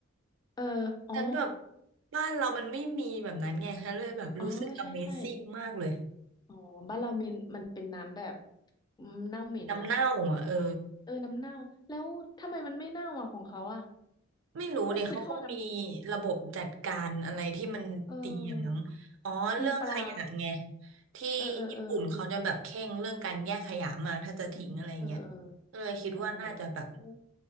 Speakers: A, on the left; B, on the right.
A: เอออ๋อ
B: ฉันแบบบ้านเรามันไม่มีแบบนั้นไงฉันเลยแบบรู้สึก
A: อ๋อใช่ใช่
B: Amazing มากเลย
A: อ๋อบ้านเรามันมันเป็นน้ำแบบอืมเน่าเหม็นอะ
B: น้ำเน่าอ่ะเออ
A: เออน้ำเน่าแล้วทำไมมันไม่เน่าอะของเขาอะ
B: ไม่รู้เดี๋ยวเขาคงมี
A: มันคือท่อน้
B: ระบบจัดการอะไรที่มันดีอย่างนั้นอ๋อเรื่องขยะไง
A: ำเออมีปลา
B: ที่ญี่ปุ่นเขาจะแบบเคร่งเรื่องการแยกขยะมากถ้าจะทิ้งอะไรเงี้ย
A: เออเออเออเออ
B: ก็เลยคิดว่าน่าจะแบบ
A: เอออ๋อ